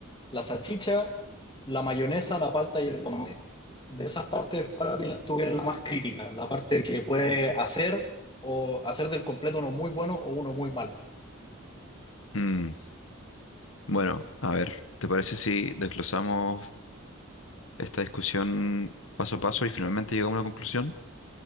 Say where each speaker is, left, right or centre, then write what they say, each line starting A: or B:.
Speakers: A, on the left; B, on the left.
A: la salchicha, la mayonesa, la palta y el tomate. De esas partes, para mí, la tuve la más crítica, la parte que puede hacer o hacer del completo uno muy bueno o uno muy malo.
B: Mm, Bueno, a ver, ¿te parece si desglosamos esta discusión paso a paso y finalmente llegamos a una conclusión?